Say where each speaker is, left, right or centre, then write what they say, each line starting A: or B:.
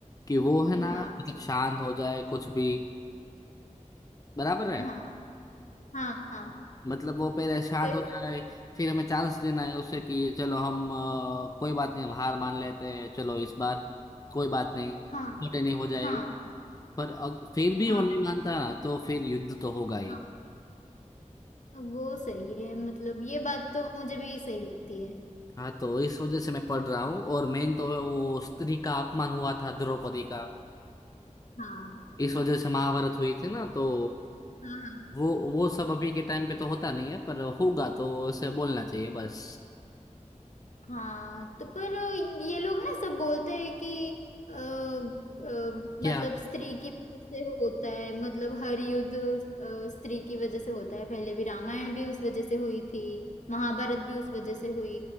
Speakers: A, on the left; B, on the left.
A: कि वो है ना
B: हाँ
A: मतलब शांत हो जाए कुछ भी बराबर है
B: हाँ हाँ हाँ
A: मतलब वो पहले शांत
B: फिर
A: हो जाए फिर हमें चांस देना है उसे कि चलो हम अ, कोई बात नहीं हम हार मान लेते हैं चलो इस बार कोई बात नहीं छोटे
B: हाँ
A: नहीं हो जाएगी
B: हाँ
A: पर अग, फिर भी
B: हाँ
A: वो नहीं मानता ना तो फिर युद्ध तो होगा ही
B: हाँ तो वो सही है मतलब ये बात तो मुझे भी सही लगती है
A: हाँ तो इस वजह से मैं पढ़ रहा हूँ और मेन तो वो स्त्री का अपमान हुआ था द्रौपदी का
B: हाँ
A: इस वजह से महाभारत हुई थी ना तो
B: हाँ हाँ।
A: वो वो सब अभी के टाइम पे तो होता नहीं है पर होगा तो उसे बोलना चाहिए बस
B: हाँ तो पर ये लोग ना सब बोलते हैं कि अ, अ,
A: क्या
B: मतलब स्त्री की वजह से होता है मतलब हर युद्ध अ, स्त्री की वजह से होता है पहले भी रामायण भी उस वजह से हुई थी महाभारत भी उस वजह से हुई